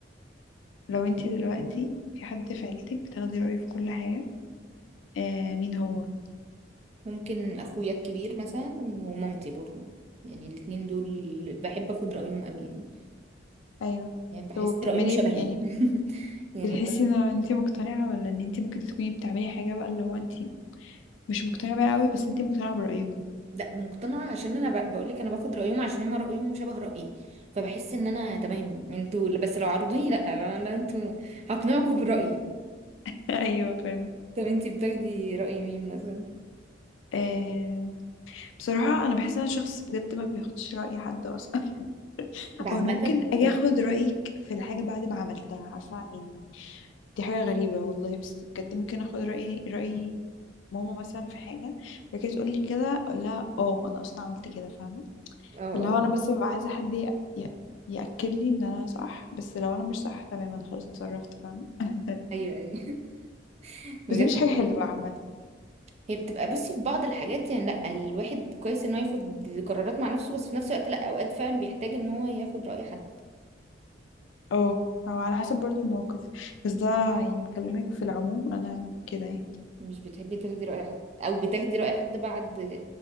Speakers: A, on the left (about 85°); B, on the right (about 35°).
A: لو انتي دلوقتي في حد في عيلتك بتاخدي رأيه في كل حاجه آه، مين هو
B: ممكن اخويا الكبير مثلا ومامتي برضه يعني الاتنين دول بحب اخد رايهم قوي يعني
A: ايوه
B: يعني بحس
A: طب بتعملي
B: رايهم شبهي
A: يعني
B: <laughs> يعني
A: بتحسي ان انت مقتنعة ولا ان انت ممكن تكوني بتعملي حاجة بقى اللي هو انت مش مقتنعة بيها قوي بس انت مقتنعة برأيهم
B: لا مقتنعة عشان انا بقول لك انا باخد رأيهم عشان هم رأيهم شبه رأيي فبحس ان انا تمام انتوا ل- بس لو عرضوني لا لا انتوا هقنعكم برأيي
A: <laughs> ايوه فاهم
B: طب انتي بتاخدي رأي مين مثلا
A: آه بصراحة أنا بحس إن أنا شخص بجد ما بياخدش رأي حد أصلا <laughs>
B: ده عامة
A: أو أنا ممكن أجي
B: ولا
A: أخد
B: <laughs>
A: رأيك في الحاجة بعد ما عملتها عارفة يعني دي حاجة غريبة والله بس بجد ممكن أخد رأي رأي ماما مثلا في حاجة فكانت تقول لي كده أقول لها أه أنا أصلا عملت كده فاهمة
B: اه
A: فاللي هو
B: اه
A: انا بس ببقى عايزه حد ي- ي- ياكد لي ان انا صح بس لو انا مش صح تمام انا خلاص اتصرفت فاهم <laughs>
B: ايوه ايوه <laughs> بجد
A: بس دي مش حاجه حلوه عامه
B: هي بتبقى بصي في بعض الحاجات يعني لا الواحد كويس ان هو ياخد قرارات مع نفسه بس في نفس الوقت لا اوقات فعلا بيحتاج ان هو ياخد رأي حد
A: اه او على حسب برضو الموقف بس ده يعني بكلمك في العموم انا كده يعني
B: مش بتحبي تاخدي رأي حد او بتاخدي رأي حد بعد